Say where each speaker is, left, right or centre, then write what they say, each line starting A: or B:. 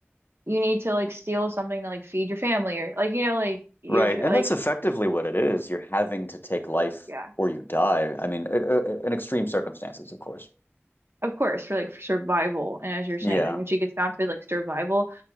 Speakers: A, on the right; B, on the left.
A: you need to like steal something to like feed your family or like you know like you're
B: Right.
A: tr-
B: And
A: like
B: that's effectively what it is. You're having to take life
A: yeah,
B: or you die. I mean, uh, uh, in extreme circumstances, of course.
A: of course for like survival. And as you're saying,
B: Yeah,
A: like when she gets down to like survival,